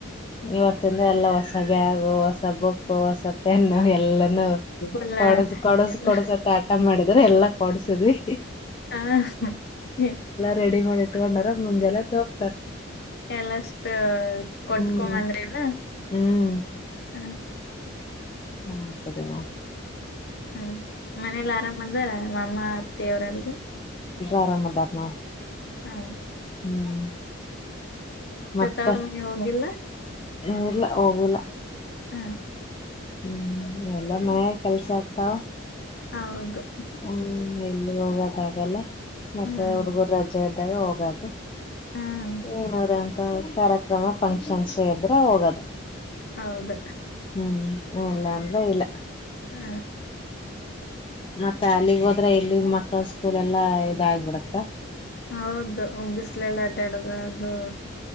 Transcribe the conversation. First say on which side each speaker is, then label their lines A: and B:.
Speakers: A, on the left; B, on the left.
A: ಇವತ್ತಿನ್ದ ಎಲ್ಲ ಹೊಸ ಬ್ಯಾಗು ಹೊಸ ಬುಕ್ಕು ಹೊಸ ಪೆನ್ನು ಎಲ್ಲ ನು
B: ಫುಲ್ಲ
A: ಕೊಡ್ಸ ಕೊಡ್ಸ.
B: ಎಲ್ಲ
A: ಕೊಡ್ಸತ್ತ ಹಠ ಮಾಡಿದ್ರೆ ಎಲ್ಲಾ ಕೊಡ್ಸ್ ತದೆ ಹಿ ಹಿ.
B: ಹಃ ಹ ಏ
A: ರೆಡಿ ಮಾಡಿ ಇಟ್ಕೊಂಡಾರ ಮುಂಜಾನೆದ್ದು ಹೋಗ್ತಾರ
B: ಎಲ್ಲಷ್ಟ ಕೊಟ್ಕೊಂಬಂದ್ರಿಲ್ಲ
A: ಹ್ಮ್ ಹ್ಮ್
B: ಹ.
A: ಹ್ಮ್ ಅದೇನ.
B: ಹ್ಮ್ ಮನೇಲ್ ಆರಾಮ್ ಅದಾರ ಮಾಮ್ಮ ಅತ್ತೆ ಅವ್ರೆಲ್ಲ.
A: ಆರಾಮ್ ಅದಾರ್ ನೋಡ್ರಿ.
B: ಹ
A: ಹ್ಮ್ ಮತ್ತೆ
B: ತವ್ರ ಮನೆ ಹೋಗಿಲ್ಲ
A: ಇಲ್ಲ ಹೋಗಿಲ್ಲ.
B: ಹ
A: ಹ್ಮ್ ಎಲ್ಲ ಮನೆ ಕೆಲ್ಸ ಆಗ್ತಾವ.
B: ಹೌದು.
A: ಹ್ಮ ಎಲ್ಲಿಗ್ ಹೋಗಕಗಲ್ಲ. ಮತ್ತೆ
B: ಹ್ಮ
A: ಹುಡ್ಗುರ್ ರಜೆ ಇದ್ದಾಗ ಹೋಗದು.
B: ಹ್ಮ್
A: ಏನರೆ ಅಂತ ಕಾರ್ಯಕ್ರಮ ಫಂಕ್ಷನ್ಸು ಇದ್ರೆ ಹೋಗದು
B: ಹೌದು
A: ಹ್ಮ್. ಹ್ಮ ಇಲ್ಲ ಅಂದ್ರೆ ಇಲ್ಲ.
B: ಹಾ
A: ಮತ್ತ ಅಲ್ಲಿಗ್ ಹೋದ್ರೆ ಇಲ್ಲಿ ಮಕ್ಳ ಸ್ಕೂಲ್ ಎಲ್ಲ ಇದಾಗ್ ಬಿಡತ್ತ.
B: ಹೌದು ಬಿಸ್ಲೆಲ್ ಆಡಾಡೊದು ಅದು.